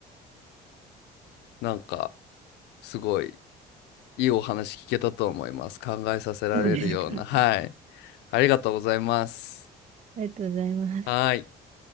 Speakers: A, on the left; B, on the right.
A: なんか、すごいいいお話聞けたと思います。考えさせられるような。
B: <laughs> そうですか。
A: はい。
B: あ
A: ありがとうございます。
B: りがとうございます。
A: はーい。